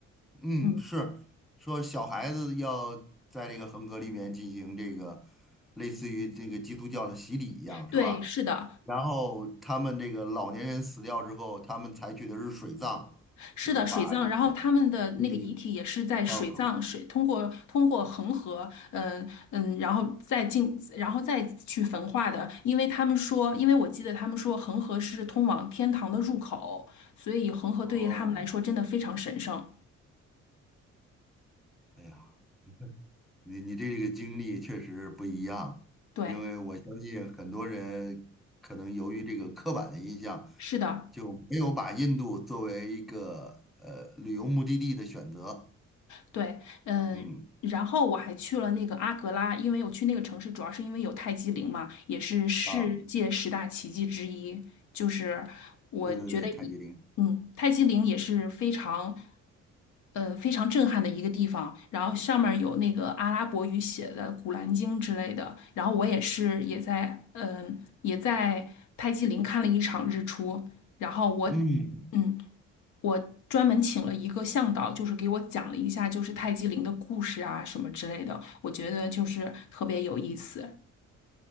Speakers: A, in the centre; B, on the left.
A: 嗯，
B: 嗯，
A: 是说小孩子要在这个恒河里面进行这个类似于这个基督教的洗礼一样，
B: 对，
A: 是吧？
B: 是的，
A: 然后他们这个老年人死掉之后，他们采取的是水葬，
B: 是的，
A: 就是把这个
B: 水葬，然后他们的那个遗体也是在水葬水通过通过恒河，
A: 尸体放入恒。
B: 嗯、嗯，然后再进，然后再去焚化的，因为他们说，因为我记得他们说恒河是通往天堂的入口，所以恒河对于他们来说真的非常神圣。
A: 哦，哎呀。你你这个经历确实不一样，
B: 对，
A: 因为我相信很多人可能由于这个刻板的印象，
B: 是的。
A: 就没有把印度作为一个呃旅游目的地的选择。
B: 对，嗯，
A: 嗯，
B: 然后我还去了那个阿格拉，因为我去那个城市主要是因为有泰姬陵嘛，也是世界十大奇迹之一。
A: 啊，
B: 就是我觉得一嗯，
A: 对对对，泰姬陵。
B: 泰姬陵也是非常，呃，非常震撼的一个地方。然后上面儿有那个阿拉伯语写的《古兰经》之类的。然后我也是也在，嗯、也在泰姬陵看了一场日出。然后我，
A: 嗯，
B: 嗯。我专门请了一个向导，就是给我讲了一下就是泰姬陵的故事啊什么之类的，我觉得就是特别有意思。